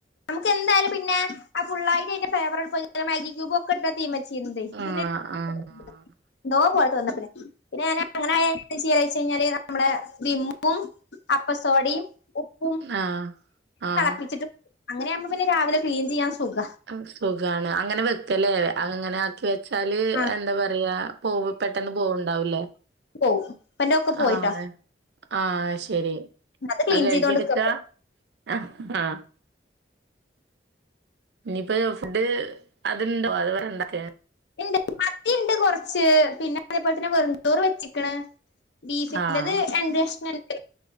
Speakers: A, on the left (about 70°); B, on the right (about 65°).
A: ക്കെ എന്തായാലും പിന്നെ ആ ഫുള്ളായിട്ട് അന്റെ ഫേവറ പൊതിഞ് മാഗിക് <unintelligible> ഒക്കെ തീമച് ന്ത <unintelligible> പിന്നെന്തോ
B: ആഹ് ആഹ്
A: പോലത്ത് വന്ന പി പിന്നെ ഞ അങ്ങനെ <unintelligible> വച്ച് കഴിഞ്ഞാൽ നമ്മുടെ വിമ്മും അപ്പസോഡയും ഉപ്പും
B: ആഹ്. ആഹ്
A: തെളപ്പിച്ചിട്ട് അങ്ങനെയാവുമ്പ പിന്നെ രാവിലെ ക്ലീൻ ചെയ്യാ സുഖ.
B: അ സുഖാണ് അങ്ങനെ വെക്കലേ അങ്ങനെ ആക്കി വെച്ചാല്
A: ആ
B: എന്ത പറയാ. പോവ പെട്ടെന്ന് പോവണ്ടാവുലേ.
A: പോവും. ഇപ്പന്റെ ഒക്കെ പോയിട്ടോ
B: ആഹ് ആഹ് ശരി
A: അത് ക്ലീൻ
B: അഹ് കഴികിടുക്ക.
A: ചെയ്തോണ്ട്ക്ക
B: അഹ് ആഹ്. ഇനിപ്പേ ഫുഡ് അത്ണ്ടോ അത് വണ്ടക്കെ.
A: ണ്ട് മത്തിണ്ട് കൊർച്ച് പിന്നെ അതേപോൽ തന്നെ വെറുഞ്ചോറ് വെച്ചക്ക്ണ്. ബീഫിൻ്റെത്
B: ആഹ്
A: രണ്ട് കഷ്ണണ്ട്